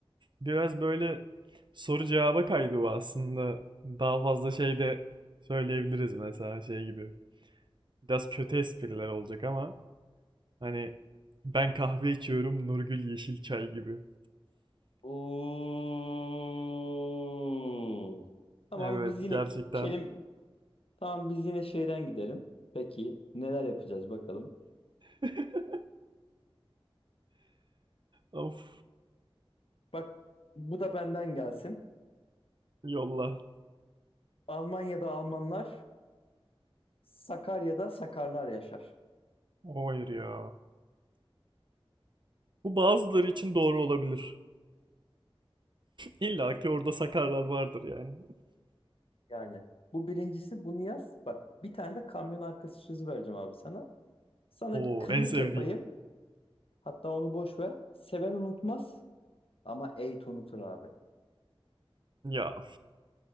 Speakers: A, on the right; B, on the left.
A: biraz böyle soru cevaba kaydı bu aslında. Daha fazla şey de söyleyebiliriz mesela şey gibi. Biraz kötü espriler olacak ama hani ben kahve içiyorum Nurgül yeşil çay gibi.
B: Oo. Tamam
A: Evet
B: biz yine
A: gerçekten.
B: kelim tamam biz yine şeyden gidelim. Peki neler yapacağız bakalım.
A: <laughs> Of
B: Bak bu da benden gelsin.
A: yolla.
B: Almanya'da Almanlar, Sakarya'da Sakarlar yaşar.
A: Hayır ya. Bu bazıları için doğru olabilir. İlla ki orada sakarlar vardır yani.
B: Yani bu birincisi bunu yaz. Bak bir tane de kamyon arkası sözü vereceğim abi sana.
A: <laughs>
B: Sana
A: Oo
B: bir kıllık
A: en sevdiğim.
B: yapayım. Hatta onu boş ver. Seven unutmaz ama eğit unutur abi.
A: Ya